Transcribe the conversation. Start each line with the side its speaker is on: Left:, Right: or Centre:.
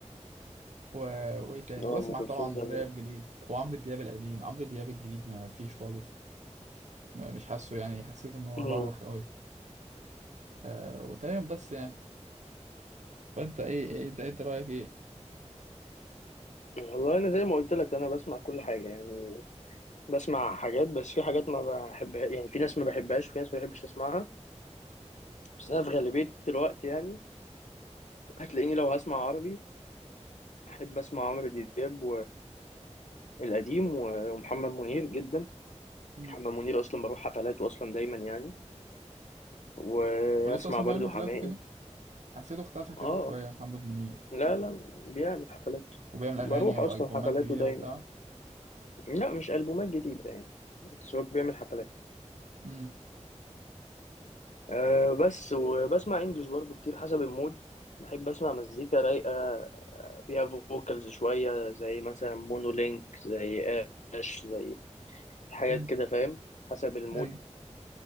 Right: و... وايه تاني
Left: اه
Right: واسمع
Left: ام كلثوم
Right: طبعا
Left: جميله
Right: راب جديد وعمرو دياب القديم عمرو دياب الجديد ما فيش خالص ما مش حاسه يعني حسيت ان هو
Left: مم.
Right: بوخ قوي آه وتمام بس يعني فانت ايه ايه انت إنت رايك ايه
Left: والله انا زي ما قلت لك انا بسمع كل حاجه يعني بسمع حاجات بس في حاجات ما بحبها يعني في ناس ما بحبهاش وفي ناس ما بحبش اسمعها بس انا في غالبيه الوقت يعني هتلاقيني لو هسمع عربي احب اسمع عمرو دياب والقديم ومحمد منير جدا
Right: مم.
Left: محمد منير اصلا بروح حفلاته اصلا دايما يعني واسمع
Right: ولسه اصلا
Left: برضو
Right: بيعمل حفلات
Left: حماقي
Right: وكده حسيته اختفى كده
Left: اه
Right: شويه محمد منير
Left: لا لا بيعمل حفلات
Right: وبيعمل
Left: بروح
Right: اغاني والبومات
Left: اصلا حفلاته
Right: جديده
Left: دايما
Right: وبتاع
Left: لا مش البومات جديده يعني بس هو بيعمل حفلات
Right: امم
Left: أه بس وبسمع انجلش برضو كتير حسب المود بحب اسمع مزيكا رايقه فيها فوكالز شويه زي مثلا مونولينك زي اش زي حاجات
Right: مم.
Left: كده فاهم حسب المود
Right: ايوه